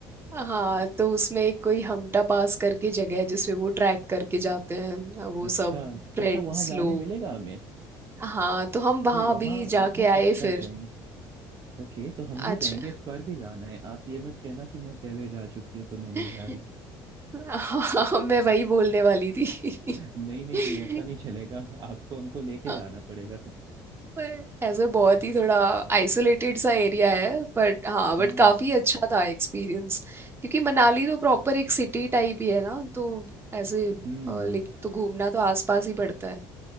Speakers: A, on the right (about 25°); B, on the right (about 45°).
A: हाँ तो उसमें एक कोई हमटा पास करके जगह है जिसमें वो ट्रैक करके जाते हैं अ, वो
B: अच्छा
A: सब फ्रेंड्स
B: अच्छा वहाँ जाने
A: लोग
B: मिलेगा हमें
A: हाँ तो हम वहां
B: तो वहाँ
A: भी जाके
B: वहाँ पक्का
A: आए फिर
B: जाएंगे ओके तो हम भी
A: अच्छा
B: जाएंगे इस बार भी जाना है आप ये मत कहना कि मैं पहले जा चुकी हूँ तो मैं नहीं
A: <laughs>
B: जा रही
A: हाँ मैं वही बोलने वाली थी
B: <laughs> नहीं नहीं
A: <laughs>
B: नहीं ऐसा नहीं चलेगा आपको हमको लेके
A: हाँ,
B: जाना पड़ेगा सब
A: पर ऐसे बहुत ही थोड़ा आइसोलेटेड सा एरिया है बट हाँ बट
B: हाँ
A: काफी अच्छा था एक्सपीरियंस क्योंकि मनाली तो प्रॉपर एक सिटी टाइप ही है ना तो ऐसे
B: हम्म
A: लाइक तो घूमना तो आसपास ही पड़ता है